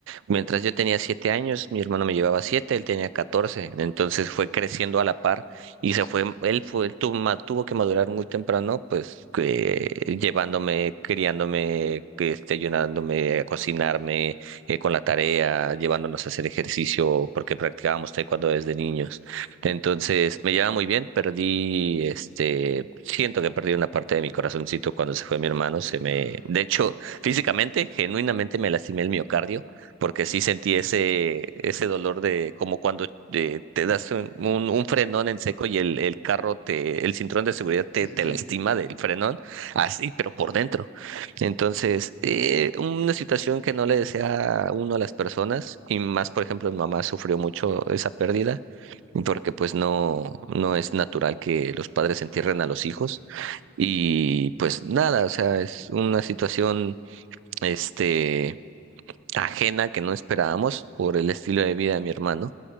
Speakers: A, on the right; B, on the left.
A: mientras yo tenía siete años, mi hermano me llevaba siete, él tenía catorce, entonces fue creciendo a la par y
B: Sí,
A: se
B: sí,
A: fue, él fue, él tu- ma- tuvo que madurar muy temprano, pues que- llevándome, criándome, que este, ayudándome a cocinarme, eh, con la tarea, llevándonos a hacer ejercicio, porque practicábamos taekwondo desde niños. Entonces, me lleva muy bien, perdí, este, siento que perdí una parte de mi corazoncito cuando se fue mi hermano,
B: sí,
A: se
B: claro.
A: me, de hecho, físicamente, genuinamente me lastimé el miocardio, porque sí sentí ese, ese dolor de, como cuando eh, te das un, un- un frenón en seco y el, el carro te, el cinturón de seguridad te,
B: Sí, sí,
A: te
B: sí.
A: lastima del frenón, así, pero por dentro. Entonces, eh, una situación que no le desea uno a las personas, y más, por ejemplo, mi mamá sufrió mucho esa pérdida porque pues no, no es natural que los padres entierren a los hijos. Y pues nada, o sea, es una situación este ajena que no esperábamos por el estilo de vida de mi hermano